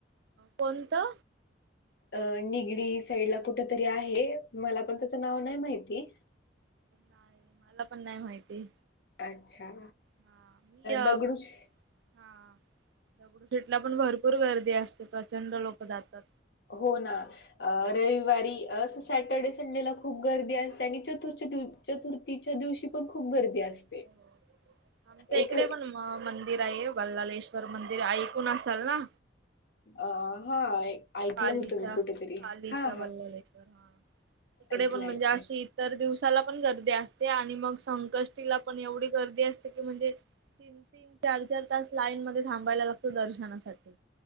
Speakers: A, on the right; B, on the left.
A: कोणता
B: अ निगडी साईड ला कुठ तरी आहे मला पण त्याचं नाव नाही माहिती
A: नाही मला पण नाही माहिती
B: अच्छा.
A: हा मी हा
B: दगडूशे
A: दगडू शेटला पण भरपूर गर्दी असते प्रचंड लोक जातात
B: हो ना अ रविवारी अस सॅटर्डे संडेला खूप गर्दी असते आणि चतुर्थ दिवस चतुर्थीच्या दिवशी पण खूप गर्दी असते
A: हो आमच्या
B: एक
A: इकडे पण म मंदिर आहे वल्लालेश्वर मंदिर ऐकून असाल ना
B: अ हा ऐकलं
A: पालीचा
B: होतं मी कुठेतरी
A: पालीचा
B: हा हा.
A: वल्लालेश्वर हा इकडे
B: ऐकलं
A: पण म्हणजे
B: ऐकलंय.
A: अशी तर दिवसाला पण गर्दी असते आणि मग संकष्टीला पण एवढी गर्दी असते की म्हणजे तीन तीन चार चार तास लाईन मध्ये थांबायला लागतो दर्शनासाठी